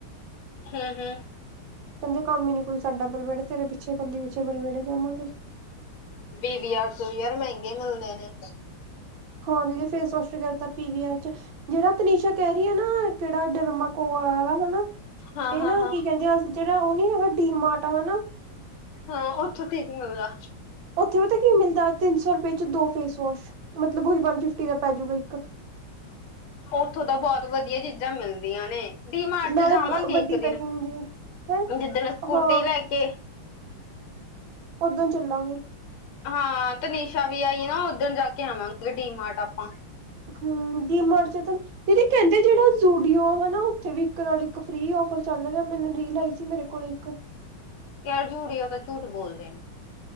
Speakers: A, on the left; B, on the right.
A: ਹਮ ਹਮ।
B: ਕਹਿੰਦੇ ਕੰਮ ਹੀ ਨੀ ਕੋਈ ਸਾਡਾ ਬਲਬੜੇ ਤੇਰੇ ਪਿੱਛੇ ਇਕੱਲੀ ਪਿੱਛੇ ਬਲਬੇੜੇ ਜਾਵਾਂਗੇ।
A: ਪੀ ਵੀ ਆਰ ਤੋਂ ਵੀ ਯਾਰ ਮਹਿੰਗੇ ਮਿਲਦੇ ਨੇ।
B: ਹਾਂ ਦੀਦੀ ਫੇਸ ਵੋਸ਼ ਤਾਂ ਜਿਆਦਾ ਤਰ ਪੀ ਵੀ ਆਰ 'ਚ ਜਿਹੜਾ ਤਨੀਸ਼ਾ ਕਹਿ ਰਹੀ ਆ ਨਾ ਕਿਹੜਾ ਡਰਮਾ ਕੋਆ ਵਾਲਾ ਹਨਾ।
A: ਹਾਂ-ਹਾਂ-ਹਾਂ।
B: ਏ ਨਾ ਕੀ ਕਹਿੰਦੇ ਅਸੀ ਜਿਹੜਾ ਓ ਨੀ ਹੈਗਾ ਡੀ ਮਾਰਟ ਆ ਹਨਾ।
A: ਹਾਂ ਉੱਥੋਂ ਠੀਕ ਮਿਲਦਾ।
B: ਓਥੇ ਪਤਾ ਕੀ ਮਿਲਦਾ ਤਿੰਨ ਸੌ ਰੁਪਏ 'ਚ ਦੋ ਫੇਸ ਵਾਸ਼ ਮਤਲਬ ਉਹੀ ਵਨ ਫਿਫਟੀ ਦਾ ਪੈਜੂਗਾ ਇੱਕ।
A: ਉੱਥੋਂ ਤਾਂ ਬਹੁਤ ਵਧੀਆ ਚੀਜ਼ਾਂ ਮਿਲਦੀਆਂ ਨੇ। ਡੀ ਮਾਰਟ
B: ਨਾਲੇ
A: 'ਚ ਜਾਵਾਂਗੇ
B: ਵੱਡੀ
A: ਇੱਕ ਦਿਨ
B: ਪੈਕਿੰਗ ਹੁੰਦੀ ਆ ਹੈਂ
A: ਜਿੱਦਣ ਸਕੂਟੀ
B: ਹਾਂ
A: ਲੈ ਕੇ।
B: ਓਦਨ ਚੱਲਾਂਗੇ।
A: ਹਾਂ ਤਨਿਸ਼ਾ ਵੀ ਆਈ ਨਾ ਉੱਧਣ ਜਾ ਕੇ ਆਵਾਂਗੇ ਡੀਮਾਰਟ ਆਪਾਂ।
B: ਹੂੰ ਡੀਮਾਰਟ 'ਚ ਤਾਂ ਨੀ ਦੀਦੀ ਕਹਿੰਦੇ ਜਿਹੜਾ ਜੂਡੀਓ ਹਨਾ ਓਥੇ ਵੀਕਣ ਵਾਲੀ ਇੱਕ ਫ੍ਰਰੀ ਔਫਰ ਚੱਲ ਰਿਹਾ ਮੈਨੇ ਰੀਲ ਆਈ ਸੀ ਮੇਰੇ ਕੋਲ ਇੱਕ
A: ਯਾਰ ਜੂਡੀਓ ਤਾਂ ਝੂਠ ਬੋਲਦੇ ਨੇ